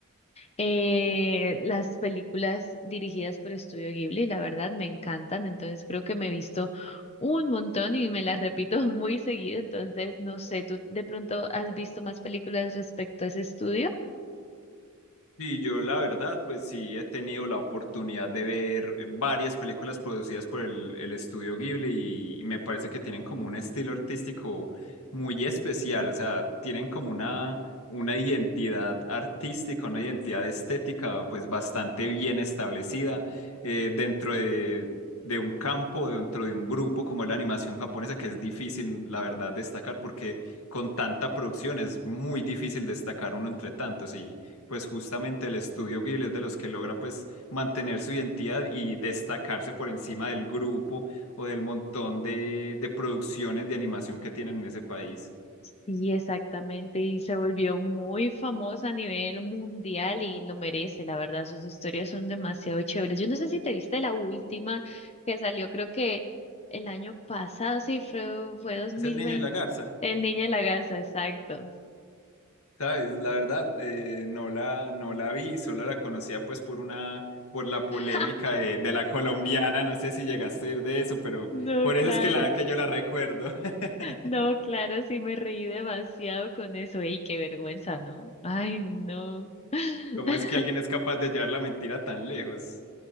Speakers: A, on the left (about 30°); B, on the left (about 75°).
A: Eh, las películas dirigidas por Estudio Ghibli, la verdad, me encantan, entonces creo que me he visto un montón y me las repito <laughs> muy seguido, entonces no sé, ¿tú de pronto has visto más películas respecto a ese estudio?
B: Sí, yo la verdad, pues sí he tenido la oportunidad de ver eh, varias películas producidas por el, el estudio Ghibli y, y me parece que tienen como un estilo artístico muy especial, o sea, tienen como una, una identidad artística, una identidad estética pues bastante bien establecida eh, dentro de, de un campo, dentro de un grupo como es la animación japonesa, que es difícil, la verdad, destacar porque con tanta producción es muy difícil destacar uno entre tantos y pues justamente el estudio Ghibli es de los que logra pues mantener su identidad y destacarse por encima del grupo o del montón de, de producciones de animación que tienen en ese país.
A: Y exactamente, y se volvió muy famosa a nivel mundial y lo merece, la verdad, sus historias son demasiado chéveres. Yo no sé si te viste la última que salió, creo que el año pasado, sí, fue, fue dos
B: Es
A: mil
B: el niño
A: veinte
B: y la garza,
A: El Niño y la Garza, exacto.
B: ¿sabes? La verdad, eh, no la, no la vi, solo la conocía pues por una, por la polémica
A: <laughs>
B: de, de la colombiana, no sé si llegaste a oír de eso, pero
A: No,
B: por
A: claro,
B: eso es que, la, que yo la recuerdo. <laughs>
A: no, claro, sí me reí demasiado con eso. Ey, qué vergüenza, ¿no? Ay, no. <laughs>
B: ¿Cómo es que alguien es capaz de llevar la mentira tan lejos?